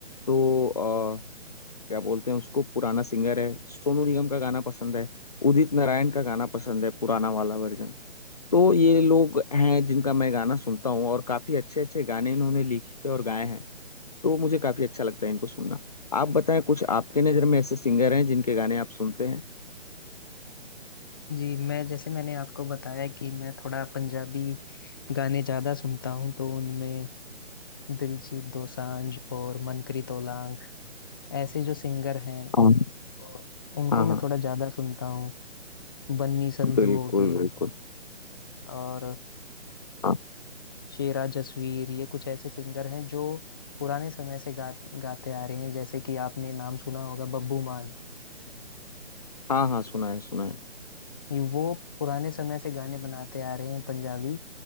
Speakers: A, on the left (about 35°); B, on the left (about 20°).
A: तो अ, क्या बोलते हैं उसको पुराना सिंगर है सोनू निगम का गाना पसंद है उदित नारायण का गाना पसंद है पुराना वाला वर्जन तो ये लोग हैं जिनका मैं गाना सुनता हूँ और काफी अच्छे अच्छे गाने इन्होंने लिखे और गाए हैं तो मुझे काफी अच्छा लगता है इनको सुनना आप बताएं कुछ आपके नजर में ऐसे सिंगर हैं जिनके गाने आप सुनते हैं
B: जी मैं जैसे मैंने आपको बताया कि मैं थोड़ा पंजाबी गाने ज्यादा सुनता हूँ तो उनमें दिलजीत दोसांझ और मनकरी ओलांग ऐसे जो सिंगर हैं
A: हाँ
B: और उनको
A: हाँ
B: मैं
A: हाँ
B: थोड़ा ज्यादा सुनता हूँ बन्नी संधू
A: बिल्कुल
B: हो गई
A: बिल्कुल
B: और
A: हाँ
B: शेरा जसवीर ये कुछ ऐसे सिंगर हैं जो पुराने समय से गा, गाते आ रहे हैं जैसे कि आपने नाम सुना होगा बब्बू मान
A: हाँ हाँ सुना है सुना है
B: ये वो पुराने समय से गाने बनाते आ रहे हैं पंजाबी